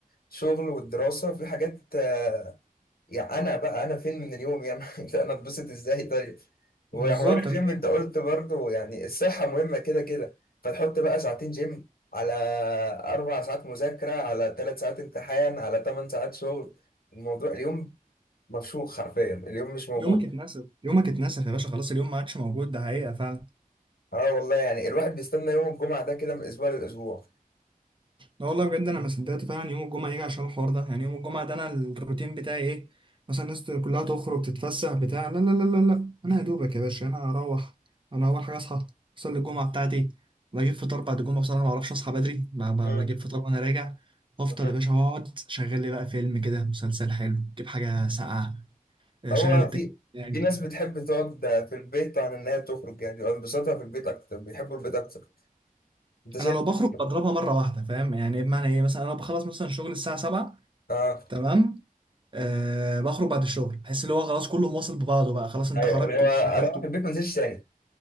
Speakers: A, on the left; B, on the right.
A: الشغل والدراسه في حاجات آه، يعني انا بقى انا فين من اليوم يعني <laughs> انا اتبسط ازاي طيب وحوار
B: بالظبط
A: الجيم
B: انا فاهم
A: انت قلت برضه يعني الصحه مهمه كده كده فتحط بقى ساعتين جيم على اربع ساعات مذاكره على ثلاث ساعات امتحان على ثمان ساعات شغل الموضوع اليوم مفشوخ حرفيا اليوم مش موجود
B: يومك اتنسف يومك اتنسف يا باشا خلاص اليوم ما عادش موجود ده حقيقة فعلا
A: اه والله يعني الواحد بيستنى يوم الجمعه ده كده من اسبوع لاسبوع
B: لا والله بجد انا ما صدقت فعلا يوم الجمعه يجي عشان الحوار ده يعني يوم الجمعه ده انا الروتين بتاعي ايه مثلا الناس كلها تخرج تتفسح بتاع لا لا لا لا لا انا يا دوبك يا باشا انا هروح انا اول حاجه اصحى اصلي الجمعه بتاعتي بجيب فطار بعد الجمعه بصراحه ما اعرفش اصحى بدري ما ما
A: مم.
B: بجيب فطار وانا راجع وافطر
A: مم.
B: يا باشا واقعد شغل لي بقى فيلم كده مسلسل حلو جيب حاجه ساقعه آه،
A: هو
B: شغل التكييف
A: في
B: يعني
A: في ناس بتحب تقعد في البيت عن ان هي تخرج يعني بيبقى انبساطها في البيت اكتر بيحبوا البيت اكتر انت شكلك
B: انا لو بخرج بضربها مره واحده فاهم يعني بمعنى ايه مثلا انا بخلص مثلا شغل الساعه 7
A: اه
B: تمام أه بخرج بعد الشغل بحس اللي هو خلاص كله مواصل ببعضه بقى خلاص انت
A: ايوه
B: خرجت
A: اللي هو
B: واشتغلت
A: اروح
B: و-
A: البيت ما انزلش تاني